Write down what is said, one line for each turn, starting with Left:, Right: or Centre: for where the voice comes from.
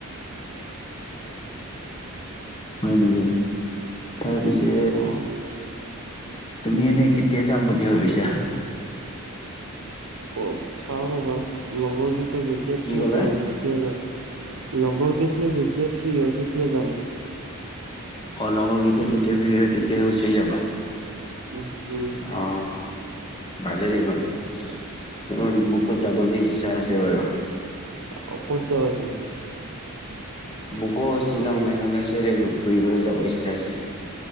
Left: হয় নেকি তাৰ পিছে
Right: অ
Left: তুমি এনে কেতিয়া যাম বুলি ভাবিছা।
Right: অ চাও ৰ'বা লগৰকেইটা যেতিয়া
Left: কি
Right: ফ্ৰী
Left: ক'লা
Right: পায় তেতিয়া যাম। লগৰ কেইতা যেতিয়া ফ্ৰী হয় তেতিয়া যাম।
Left: অ লগৰ কেইতা যেতিয়া ফ্ৰি হয় তেতিয়াই গুচি যাবা।
Right: উম। উম
Left: অ ভালে দেখোন
Right: অ
Left: মোকো যাবলৈ ইচ্ছা আছে বাৰু
Right: অ ক'ত যাবা‌ তুমি?
Left: <unintelligible> মোকো শ্বিলং মেঘালয় চাইডে ফুৰিবলৈ যাব ইচ্ছা আছে।